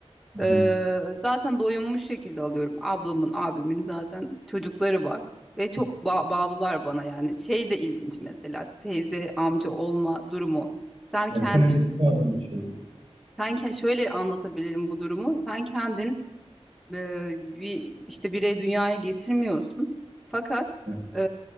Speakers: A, on the right; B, in the centre.
A: Hı
B: Ee,
A: hı.
B: zaten doyunmuş şekilde alıyorum. Ablamın, abimin zaten çocukları var ve çok ba- bağlılar bana yani. Şey de ilginç mesela teyze, amca olma durumu. Sen
A: Evet
B: kendin
A: henüz yapmadım bir şey.
B: sen ke- şöyle anlatabilirim bu durumu. Sen kendin e, bir işte birey dünyaya getirmiyorsun. Fakat
A: Hı.
B: e,